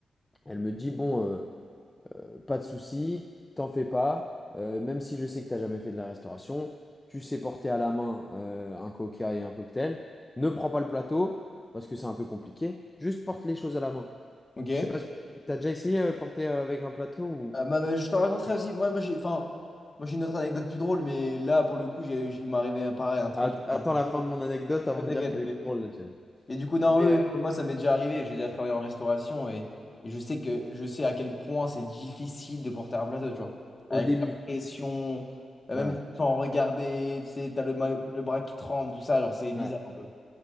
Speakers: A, on the left (about 20°); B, on the left (about 35°).
A: Elle me dit, bon. euh, Pas de souci, t'en fais pas. Euh, même si je sais que t'as jamais fait de la restauration, tu sais porter à la main euh, un coca et un cocktail. Ne prends pas le plateau parce que c'est un peu compliqué. Juste porte les choses à la main.
B: Ok? Euh,
A: Je sais pas, si t'as déjà essayé euh, porter euh, avec un plateau ou
B: bah, bah, je te raconterai aussi, moi, moi j'ai enfin, moi j'ai une autre anecdote plus drôle, mais là pour le coup, j'ai, j'ai- il m'est arrivé un- pareil, un truc.
A: Att- Attends
B: un plateau.
A: la fin de mon anecdote avant
B: Oh, t'inquiète,
A: de dire qu'elle
B: t'inquiète.
A: est plus drôle la tienne.
B: Et du coup, non,
A: Mais
B: oui,
A: euh,
B: oui, moi ça m'est déjà arrivé, j'ai déjà travaillé en restauration et, et je sais que je sais à quel point c'est difficile de porter un plateau, tu vois. Avec
A: au début,
B: la pression, euh,
A: ouais,
B: même tu te sens regarder, tu sais, t'as le, ma- le bras qui tremble, tout ça, genre c'est bizarre
A: ouais.
B: un peu.